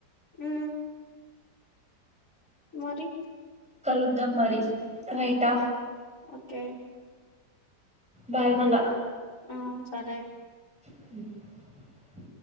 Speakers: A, on the left; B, in the centre.
A: హ్మ్ మరి
B: కలుద్దాం మరి రైటా
A: ఒకే
B: బాయ్ మళ్ళ
A: ఆవున్ సరే
B: మ్మ్